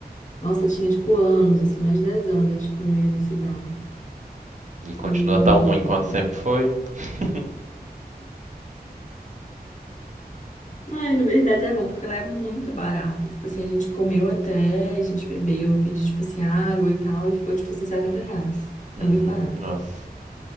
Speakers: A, on the left; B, on the right.
A: Nossa, tinha tipo anos, assim, mais de 10 anos, acho que eu não ia nesse bar.
B: E continua
A: E
B: tão ruim quanto sempre foi? <laughs>
A: Ai, na verdade é bom, porque lá é muito barato. Tipo assim, a gente comeu até, a gente bebeu, pedi tipo assim, água e tal, e ficou, tipo assim, 70 reais.
B: Uhum.
A: É muito barato.
B: Nossa.